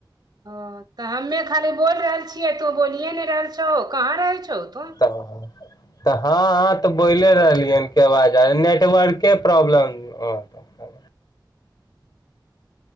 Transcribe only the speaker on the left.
हाँ तऽ हँ हं तऽ बोले रहलियै हन के बाज नेटवर्के प्रॉब्लम हाँ अच्छा